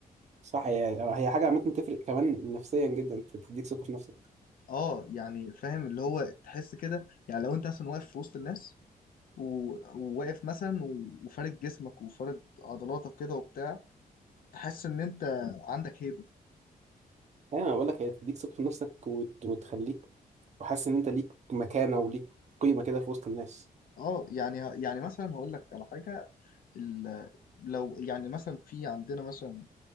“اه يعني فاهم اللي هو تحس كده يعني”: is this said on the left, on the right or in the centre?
Left